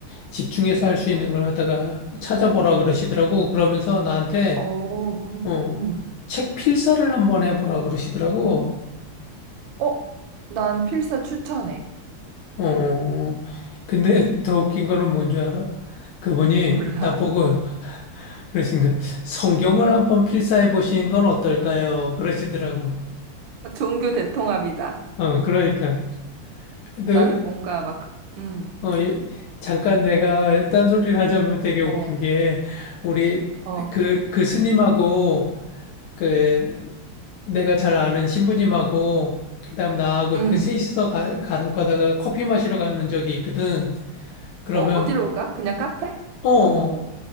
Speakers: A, on the left; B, on the right.
A: 집중해서 할 수 있는 걸 갖다가 찾아보라 그러시더라고. 그러면서 나한테
B: 어, 음,
A: 어,
B: 음.
A: 책 필사를 한번 해보라 그러시더라고.
B: 어, 난 필사 추천해.
A: 어, 근데 더 웃긴 거는 뭔 줄 알아? 그분이
B: <laughs> 몰라.
A: 나보고 그러신가 성경을 한번 필사해 보시는 건 어떨까요? 그러시더라고.
B: 종교 대통합이다.
A: 어, 그러니까. 근데
B: 나는 뭔가 막, 그- 음,
A: 어, 예, 잠깐 내가 딴소리를 하자면 되게 웃긴
B: 어,
A: 게, 우리
B: 어,
A: 그, 그 스님하고, 그, 내가 잘 아는 신부님하고, 그 다음 나하고 이렇게
B: 음,
A: 셋이서 가, 간혹 가다가 커피 마시러 가는 적이 있거든. 그러면,
B: 어, 어디로 가? 그냥 카페?
A: 어, 어.
B: 어, 어.